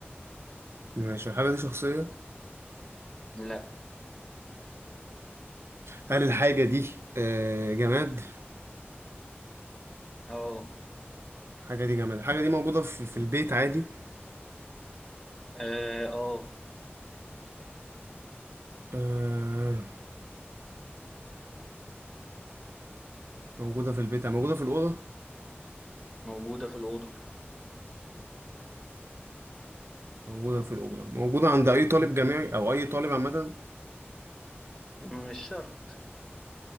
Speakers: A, on the right; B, on the left.
A: ماشي الحاجة دي شخصية
B: لا
A: هل الحاجة دي آه جماد
B: أه
A: الحاجة دي جماد الحاجة دي موجودة في, في البيت عادي
B: أه آه.
A: آه موجودة في البيت موجودة في الأوضة
B: موجودة في الأوضة
A: موجودة في الأوضة موجودة عند أي طالب جامعي أو أي طالب عامة
B: مش شرط